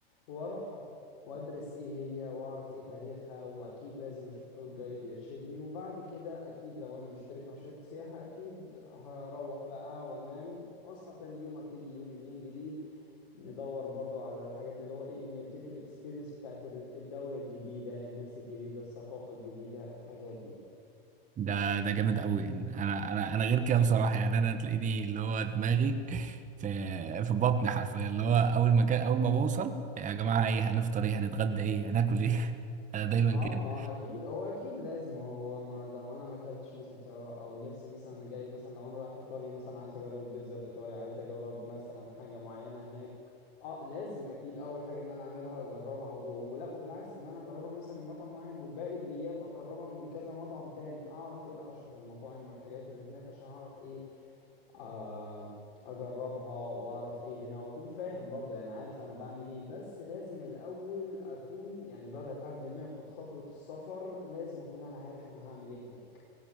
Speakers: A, on the left; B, on the right.
A: واروحها وادرس ايه هي واعرف ايه تاريخها واكيد لازم اشوف تور جايد يرشدني وبعد كده اكيد لو انا مشترك مع شركة سياحة اكيد هروح بقى وانام واصحى تاني يوم ابتدي يومي من جديد ندور برضو على الحاجات اللي هو ايه نبتدي الاكسبيرينس بتاعت ال- الدولة الجديدة الناس الجديدة الثقافة الجديدة الحاجات دي
B: ده ده جامد قوي انا انا انا غير كده بصراحه يعني انا تلاقيني اللي هو دماغي في في بطني حرفيا اللي هو اول ما كان اول ما بوصل يا جماعه ايه هنفطر ايه هنتغدى ايه هناكل ايه <laughs> انا دايما
A: اه
B: كده
A: ما اكيد هو اكيد لازم هو ما لو انا ما اكلتش مثلا في طياره او نفسي مثلا انا جاي مثلا لو انا رايح ايطاليا مثلا عايز اجرب البيتزا الايطالي عايز اجرب مثلا حاجه معينه هناك اه لازم اكيد اول حاجه ان انا اعملها اجربها و- ولا وبالعكس ان انا اجربها مثلا من مطعم معين وباقي الايام اجربها من كذا مطعم تاني اعرف ايه الاشهر المطاعم والحاجات اللي هناك عشان اعرف ايه آه، اجربها واعرف ايه هنا واكون فاهم برضه يعني عارف انا بعمل ايه بس لازم الاول اكون يعني بدل قبل ما اخد خطوة السفر لازم اكون انا عارف انا هعمل ايه هناك